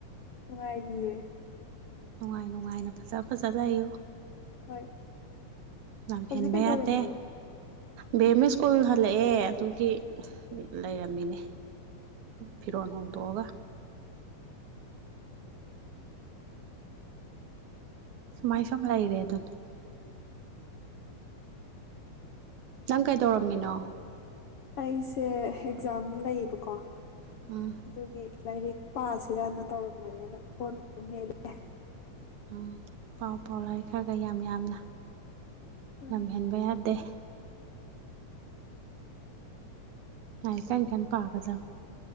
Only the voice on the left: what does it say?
ꯅꯨꯡꯉꯥꯏꯔꯤꯌꯦ꯫
ꯍꯣꯏ
ꯍꯧꯖꯤꯛ
ꯀꯩꯇꯧꯔꯝꯃꯤꯅꯣ꯫
<inaudible>
ꯑꯩꯁꯦ ꯑꯦꯛꯖꯥꯝ ꯂꯩꯌꯦꯕꯀꯣ
ꯑꯗꯨꯒꯤ ꯂꯥꯏꯔꯤꯛ ꯄꯥꯁꯤꯔꯅ ꯇꯧꯔꯝꯕꯅꯤ ꯑꯗꯣ ꯐꯣꯟ ꯃꯦꯠꯂꯦ
ꯍꯣꯏ
<inaudible>